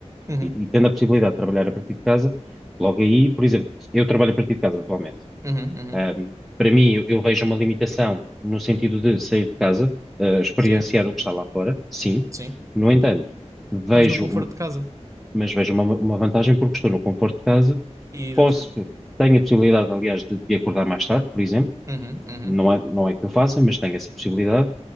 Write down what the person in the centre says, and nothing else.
e, e tendo a possibilidade de trabalhar a partir de casa, logo aí, por exemplo, eu trabalho a partir de casa atualmente.
Um, para mim, eu, eu vejo uma limitação no sentido de sair de casa, uh, experienciar
o que está lá fora, sim.
No entanto, vejo,
mas vejo uma, uma vantagem porque estou no conforto de casa,
posso, tenho a possibilidade, aliás, de, de acordar mais tarde, por exemplo.
Não é, não é que eu faça, mas tenho essa possibilidade.